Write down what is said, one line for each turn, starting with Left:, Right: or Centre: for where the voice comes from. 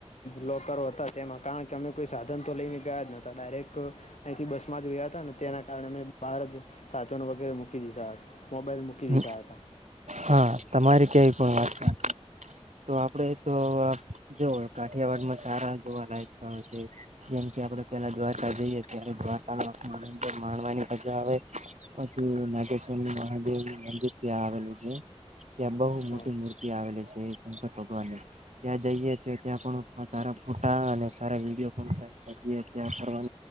Left: લોકર તેમાં કારણ કે અમે કોઈ સાધન તો લઈને ગયા જ નતા ડાયરેક્ટ અહીંથી બસમાં જ ગયા હતા ને તેના કારણે અમે બહાર જ સાધનો વગેરે મૂકી દીધા. મોબાઈલ મૂકી
Right: હ
Left: દીધા હતા
Right: હા તમારે ક્યાંય તો આપણેે તો જો કાઠિયાવાડમાં સારા જોવા લાયક છે. જેમ કે આપણે પેલા દ્વારકા જઈએ ત્યારે દ્વારકા ન આથંદર માણવાની મજા આવે પછી નાગેશ્વરની મહાદેવ મંદિર ત્યાં આવેલું છે. ત્યાં બહુ મોટી
Left: હા
Right: મૂર્તિ આવેલી છે, શંકર ભગવાનની ત્યાં જઈએ તો ત્યાં પણ સારા ફોટા અને સારા વિડીયો પણ શકીએ ત્યાં કરવા